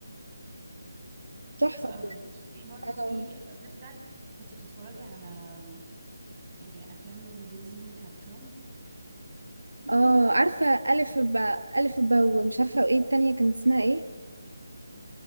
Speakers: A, on the right (about 85°); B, on the right (about 25°).
A: تحفة
B: حلو قوي
A: بجد
B: بصي برضو في
A: اه
B: غير ده كنت بتتفرجي على آم، إيه، افلام ديزني كرتون
A: اه عارفة ألف با ألف با ومش عارفة وإيه التانية كان اسمها إيه